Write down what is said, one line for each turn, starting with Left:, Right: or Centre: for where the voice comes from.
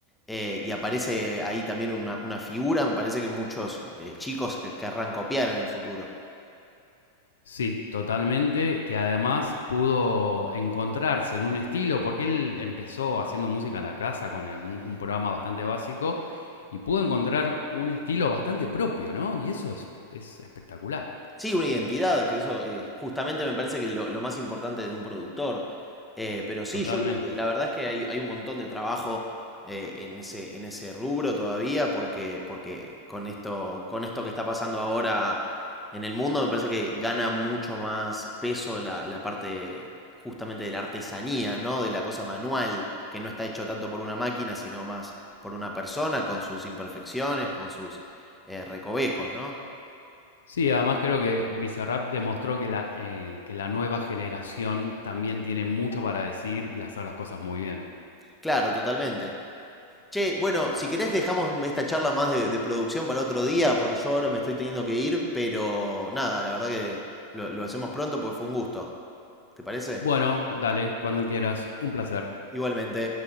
Centre: Eh, y aparece ahí también una, una figura, me parece que muchos eh, chicos que querrán copiar en el futuro.
Left: Sí, totalmente, que además pudo encontrarse en un estilo, porque él empezó haciendo música en la casa con el- un un programa bastante básico y pudo encontrar un estilo bastante propio, ¿no? Y eso es, es espectacular,
Centre: Sí, una identidad, que eso eh, justamente me parece que es lo, lo más importante de un productor. Eh, pero sí,
Left: totalmente.
Centre: yo creo Totalmente. que la verdad es que hay, hay un montón de trabajo eh, en ese, en ese rubro todavía, porque, porque con esto, con esto que está pasando ahora en el mundo, me parece que gana mucho más peso la, la parte justamente de la artesanía, ¿no? De la cosa manual, que no está hecho tanto por una máquina, sino más por una persona, con sus imperfecciones, con sus eh, recovecos, ¿no?
Left: Sí, además creo que Bizarrap demostró que la, eh, que la nueva generación también tiene mucho para decir y hacer las cosas muy bien.
Centre: Claro, totalmente. Che, bueno, si querés dejamos esta charla más de, de producción para otro día, porque yo ahora me estoy teniendo que ir, pero nada, la verdad que lo, lo hacemos pronto porque fue un gusto. ¿Te parece?
Left: Bueno, dale, cuando quieras, un placer.
Centre: Igualmente.